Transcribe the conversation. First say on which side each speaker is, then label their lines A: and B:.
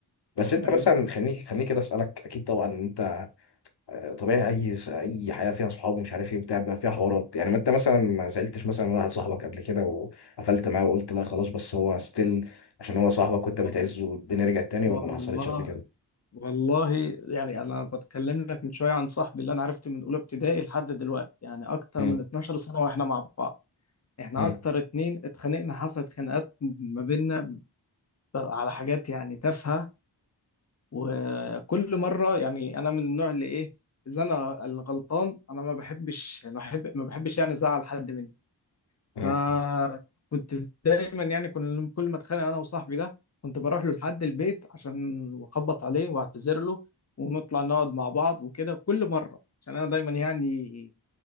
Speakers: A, on the left; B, on the left.
A: بس أنت
B: ايوه
A: مثلا خليني خليني كده أسألك أكيد طبعا أنت طبيعي اي اي حياه فيها صحاب ومش عارف ايه بتاع بيبقى فيها حوارات يعني ما انت مثلا ما سالتش مثلا واحد صاحبك قبل كده وقفلت معاه وقلت لا خلاص بس هو ستيل عشان هو صاحبك كنت
B: وال-
A: بتعزه والدنيا رجعت تاني
B: والله
A: ولا ما حصلتش قبل كده
B: والله يعني انا بتكلم لك من شويه عن صاحبي اللي انا عرفته من اولى ابتدائي لحد دلوقتي يعني اكتر
A: مم.
B: من 12 سنه واحنا مع بعض احنا
A: مم.
B: اكتر اتنين اتخانقنا حصلت خناقات ما بيننا على حاجات يعني تافهه وكل مره يعني انا من النوع اللي ايه اذا انا الغلطان انا ما بحبش ما بحب ما بحبش يعني ازعل حد مني
A: مم.
B: فكنت دايما يعني كل كل ما اتخانق انا وصاحبي ده كنت بروح له لحد البيت عشان اخبط عليه واعتذر له ونطلع نقعد مع بعض وكده كل مره عشان انا دايما يعني